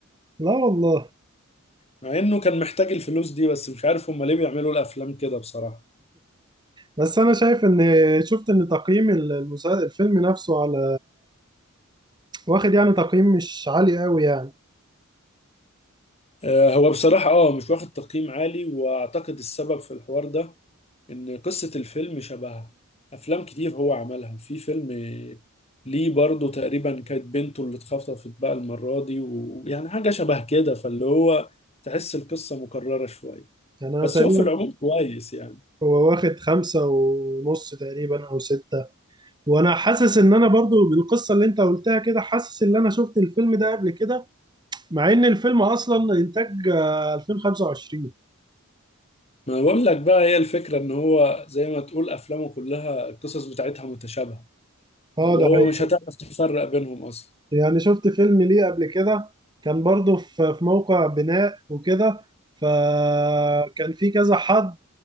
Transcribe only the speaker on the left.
مع إنه كان محتاج الفلوس دي بس مش عارف هما ليه بيعملوا الأفلام كده بصراحة
آه، هو بصراحة اه مش واخد تقييم عالي واعتقد السبب في الحوار ده ان قصة الفيلم شبه افلام كتير هو عملها في فيلم ليه برضه تقريبا كانت بنته اللي اتخطفت بقى المرة دي ويعني حاجة شبه كده فاللي هو تحس القصة مكررة شوية
بس
هو في العموم كويس يعني
ما بقول لك بقى هي الفكرة ان هو زي ما تقول افلامه كلها القصص بتاعتها متشابهة
اللي
هو
مش هتعرف تفرق بينهم اصلا